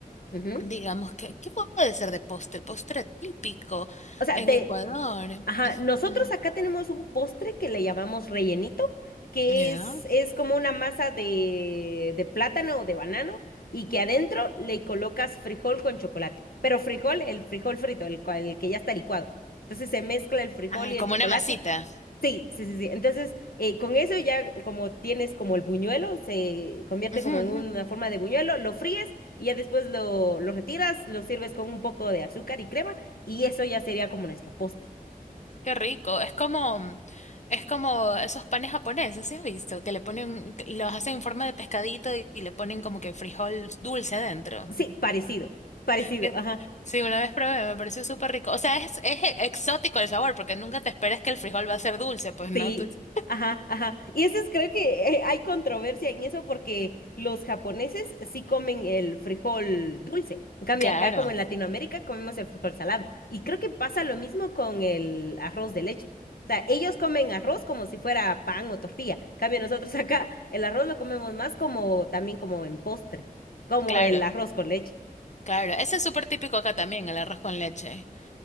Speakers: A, on the left (about 80°); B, on the left (about 50°).
A: ujú.
B: digamos que, ¿qué puede ser de postre? Postre típico
A: O sea,
B: en
A: te,
B: Ecuador.
A: Ajá, nosotros
B: Mm,
A: acá tenemos un postre que le llamamos rellenito, que
B: Ya.
A: es, es como una masa de, de plátano o de banano y que adentro le colocas frijol con chocolate. Pero frijol, el frijol frito, el, cua- el que ya está licuado. Entonces se mezcla el frijol
B: Ah,
A: y el
B: como
A: chocolate.
B: una masita.
A: Sí, sí, sí, sí. Entonces, eh, con eso ya como tienes como el buñuelo, se convierte
B: Ujú,
A: como en
B: ujú,
A: una forma de buñuelo, lo fríes y ya después lo, lo retiras, lo sirves con un poco de azúcar y crema y eso ya sería como nuestro postre.
B: Qué rico. Es como, mm, es como esos panes japoneses, ¿sí has visto? Que le ponen, que los hacen en forma de pescadito y, y le ponen como que frijol dulce adentro.
A: Sí, parecido, parecido,
B: que-
A: ajá,
B: Sí, una vez probé, me pareció súper rico. O sea, es, es e- exótico el sabor, porque nunca te esperas que el frijol va a ser dulce, pues no.
A: sí,
B: Tú dices,
A: ajá, ajá. Y eso es, creo que eh, hay controversia en eso porque los japoneses sí comen el frijol dulce. En cambio,
B: Claro,
A: acá como en Latinoamérica comemos el frijol salado. Y creo que pasa lo mismo con el arroz de leche. O sea, ellos comen arroz como si fuera pan o tortilla. En cambio, nosotros <laughs> acá el arroz lo comemos más como también como en postre, como
B: claro,
A: el arroz con leche.
B: claro. Ese es súper típico acá también, el arroz con leche.